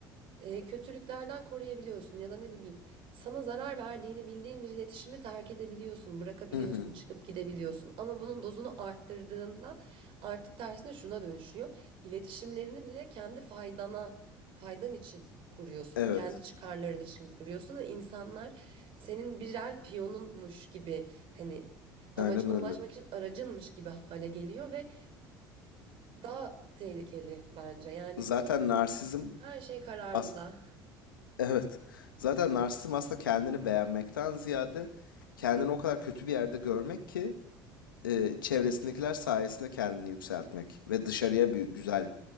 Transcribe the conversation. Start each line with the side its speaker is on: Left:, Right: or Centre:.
Right: e, kötülüklerden koruyabiliyorsun ya da ne bileyim sana zarar verdiğini bildiğin bir iletişimi terk edebiliyorsun, bırakabiliyorsun,
Left: Hı hı.
Right: çıkıp gidebiliyorsun. Ama bunun dozunu arttırdığında artık tersine şuna dönüşüyor. İletişimlerini bile kendi faydana, faydan için kuruyorsun.
Left: Evet.
Right: Kendi çıkarların için kuruyorsun ve insanlar senin birer piyonunmuş gibi hani amacına
Left: Aynen öyle.
Right: ulaşmak için aracınmış gibi hale geliyor ve daha tehlikeli bence. Yani
Left: Zaten narsizm
Right: her şey kararında.
Left: as evet. Zaten narsizm aslında kendini beğenmekten ziyade kendini o kadar kötü bir yerde görmek ki e, çevresindekiler sayesinde kendini yükseltmek ve dışarıya bir güzel